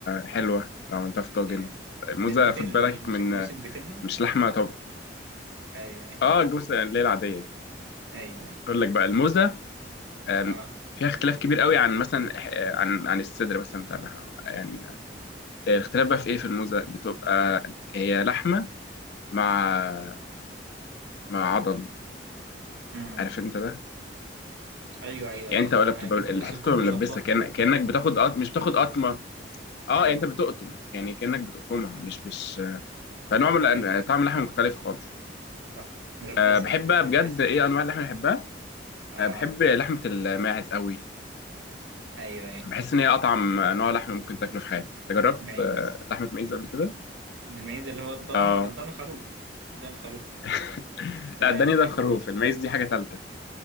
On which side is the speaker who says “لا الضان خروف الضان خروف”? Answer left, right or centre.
Right